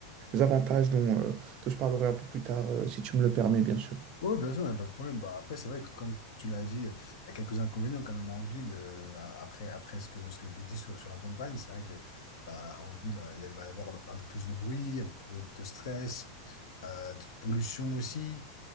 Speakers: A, on the right; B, on the left.
A: avantages dont, euh, dont je parlerai un peu plus tard, euh, si tu me le permets, bien sûr.
B: Oui, bien sûr, il n'y a pas de problème. Bah, après, c'est vrai que comme tu l'as dit, euh, il y a quelques inconvénients quand même en ville. euh, a- après, après ce que, ce que tu as dit sur, sur la campagne, c'est vrai que bah, en ville, euh, il va y avoir un peu plus de bruit, un peu plus de stress, euh, de pollution aussi.